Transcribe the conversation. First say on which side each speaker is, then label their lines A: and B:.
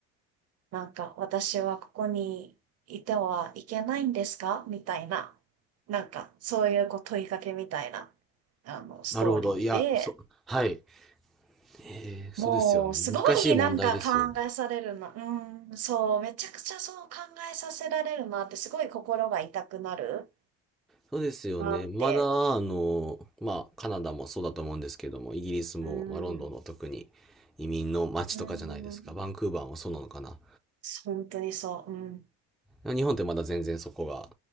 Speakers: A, on the right; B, in the centre.
A: なんか私はここにいてはいけないんですかみたいな。なんかそういうこう問いかけみたいな、あの、ストーリーで、
B: なるほど。いや、そはい。ええ、そうですよね。
A: もう、すごいなんか考えされるな。
B: 難しい問題ですよね。
A: うん、そう、めちゃくちゃそう考えさせられるなって、すごい心が痛くなる
B: そうですよね。
A: なって。
B: まだ、あの、
A: う
B: まあ、カナダもそうだと思うんですけども、イギリスも、
A: ん、うん、
B: まあ、ロンドンの特に移民の街とかじゃないですか。
A: うん
B: バンクーバーもそうなのかな。
A: 本当にそう。うん、
B: 日本ってまだ全然そこが、